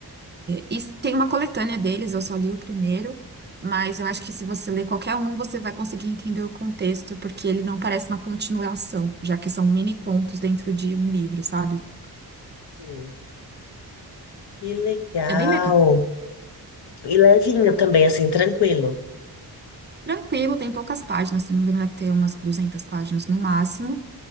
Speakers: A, on the right; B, on the left.
A: E tem uma coletânea deles, eu só li o primeiro, mas eu acho que se você ler qualquer um, você vai conseguir entender o contexto, porque ele não parece uma continuação, já que são mini contos dentro de um livro, sabe?
B: Sim. Que legal!
A: É bem legal.
B: E levinho também, assim, tranquilo.
A: Tranquilo, tem poucas páginas, se não me engano, deve ter umas 200 páginas no máximo.